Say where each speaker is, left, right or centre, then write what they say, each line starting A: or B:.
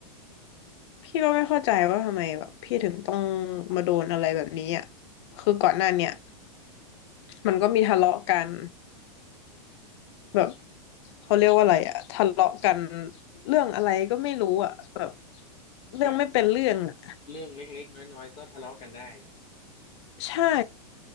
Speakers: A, on the left; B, on the left.
A: พี่ก็ไม่เข้าใจว่าทำไมแบบพี่ถึงต้องมาโดนอะไรแบบนี้อ่ะคือก่อนหน้าเนี่ย
B: อืม
A: มันก็มีทะเลาะกันแบบเขาเรียกว่าอะไรอ่ะทะเลาะกันเรื่องอะไรก็ไม่รู้อ่ะแบบเรื่องไม่เป็นเรื่องอ่ะ
B: แบบเรื่องเล็กๆน้อยๆก็ทะเลาะกันได้
A: ใช่